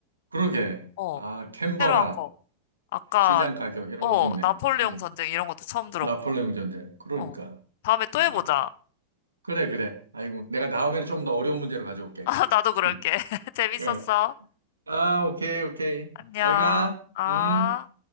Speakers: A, on the right (about 80°); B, on the left (about 50°).
A: 그러게.
B: 어.
A: 아, 캔버라.
B: 새로 한 거. 아까,
A: 시장 가격 이런
B: 어,
A: 거 좋네.
B: 나폴레옹
A: 음.
B: 전쟁 이런 것도 처음 들었고.
A: 나폴레옹 전쟁. 그러니까.
B: 어. 다음에 또
A: 야.
B: 해보자.
A: 그래, 그래. 아이고. 내가 다음에는 좀 더 어려운 문제로 가져올게.
B: <laughs> 아, 나도 그럴게.
A: 음.
B: <laughs> 재밌었어.
A: 예. 아, 오케이, 오케이.
B: 안녕.
A: 잘 가.
B: 아.
A: 음.